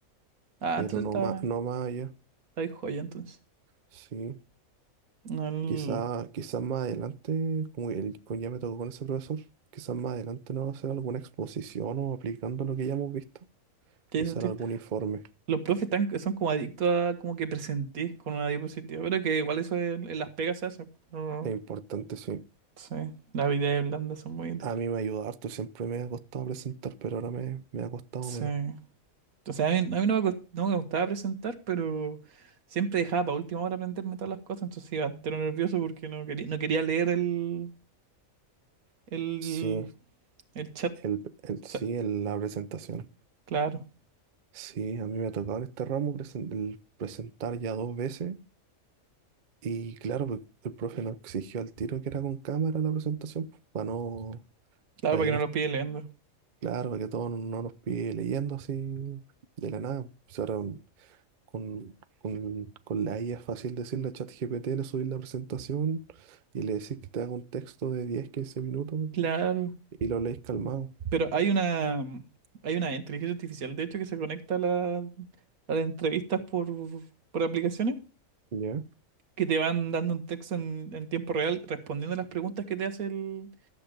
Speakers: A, on the right; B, on the right.
A: ah
B: pero
A: entonces
B: no
A: está,
B: más, no más allá.
A: está ahí joya entonces.
B: Sí,
A: No, el-
B: Quizá, quizás más adelante, como el, como ya me tocó con ese profesor, quizás más adelante nos va a hacer alguna exposición o aplicando lo que ya hemos visto,
A: ¿Tiene
B: quizás
A: sentido?
B: algún informe.
A: Los profes están, son como adictos a como que presentís con una diapositiva, pero que igual eso en, en las pegas se hace. pero
B: Es importante, sí.
A: sí, las habilidades blandas son muy útiles.
B: A mí me ayuda harto, siempre me ha costado presentar, pero ahora me, me ha costado
A: Sí.
B: menos.
A: O sea, a mí, a mí no me, cost- no me gustaba presentar, pero siempre dejaba para última hora aprenderme todas las cosas, entonces iba entero nervioso porque no quería, no quería leer el, el,
B: Sí,
A: el chat. O
B: el, el, sí,
A: sea,
B: el- la presentación.
A: claro,
B: Sí, a mí me ha tocado en este ramo presen- el presentar ya dos veces y claro, el, el profe nos exigió al tiro que era con cámara la presentación, pues, para no,
A: claro,
B: para
A: para
B: que
A: que
B: no
A: no los pille leyendo.
B: Claro, para que todo no no nos pide leyendo así de la nada. O sea, ahora con, con, con la IA es fácil decirle a ChatGPT, le subís la presentación y le decís que te haga un texto de 10 15 minutos
A: Claro.
B: y lo lees calmado.
A: Pero hay una, hay una inteligencia artificial, de hecho, que se conecta a, la- a las entrevistas por, por aplicaciones,
B: ¿Ya?
A: que te van dando un texto en, en tiempo real respondiendo a las preguntas que te hace el,